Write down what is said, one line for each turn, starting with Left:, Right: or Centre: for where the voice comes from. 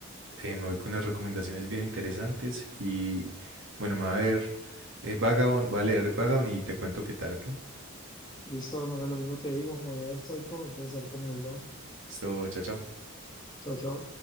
Right: Eh, me voy con unas recomendaciones bien interesantes y bueno, me va a ver eh, Vagabond, voy a leer Vagabond y te cuento qué tal, ¿ok?
Left: De esta manera lo mismo te digo, como de Psycho, entonces a ver cómo nos va.
Right: Listo, chao, chao.
Left: Chao, chao.